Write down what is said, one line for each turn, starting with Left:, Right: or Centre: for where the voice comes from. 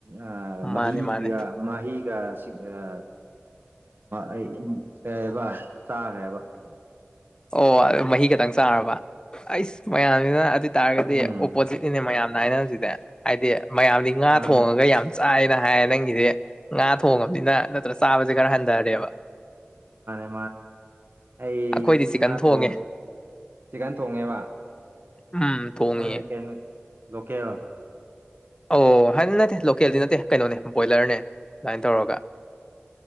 Right: ꯑ ꯃꯤꯒ
Left: ꯃꯥꯅꯦ ꯃꯥꯅꯦ
Right: ꯃꯍꯤꯒ ꯁꯤ ꯑ ꯑꯩ ꯀꯕ ꯆꯥꯈ꯭ꯔꯦꯕ
Left: ꯑꯣ ꯑꯗꯨ ꯃꯍꯤ ꯈꯛꯇꯪ ꯆꯥꯔꯕ ꯑꯩꯁ ꯃꯌꯥꯝꯁꯤꯅ ꯑꯗꯨ ꯇꯥꯔꯒꯗꯤ
Right: ꯎꯝ
Left: ꯑꯣꯄꯣꯖꯤꯠꯅꯤꯅꯦ ꯃꯌꯥꯝꯅ ꯍꯥꯏꯅ ꯍꯧꯖꯤꯛꯗ ꯍꯥꯏꯗꯤ ꯃꯌꯥꯝꯗꯤ ꯉꯥ
Right: ꯃꯥꯅꯦ
Left: ꯊꯣꯡꯉꯒ ꯌꯥꯝ ꯆꯥꯏꯅ ꯍꯥꯏꯌꯦ ꯅꯪꯒꯤꯗꯤ ꯉꯥ ꯊꯣꯡꯉꯕꯅꯤꯅ ꯅꯠꯇ꯭ꯔ ꯆꯥꯕꯁꯦ ꯈꯔ ꯍꯟꯊꯔꯦꯕ
Right: ꯃꯥꯅꯦ ꯑꯩ
Left: ꯑꯩꯈꯣꯏꯗꯤ ꯆꯤꯛꯀꯟ
Right: ꯉꯥ
Left: ꯊꯣꯡꯉꯦ
Right: ꯊꯣꯡꯉꯒꯦ ꯆꯤꯛꯀꯟ ꯊꯣꯡꯉꯦꯕ
Left: ꯎꯝ ꯊꯣꯡꯉꯦ
Right: ꯍꯣꯏ ꯀꯩꯅꯣ ꯂꯀꯦꯜ
Left: ꯑꯣ ꯍꯥꯏꯗꯤ ꯅꯠꯇꯦ ꯂꯣꯀꯦꯜꯗꯤ ꯅꯠꯇꯦ ꯀꯩꯅꯣꯅꯦ ꯕꯣꯏꯂꯔꯅꯦ ꯑꯗꯨꯃꯥꯏꯅ ꯇꯧꯔꯒ